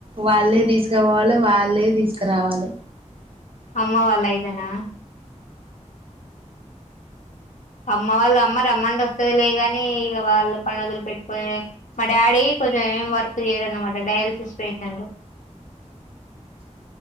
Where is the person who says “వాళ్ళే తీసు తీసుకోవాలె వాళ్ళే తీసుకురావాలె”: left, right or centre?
Right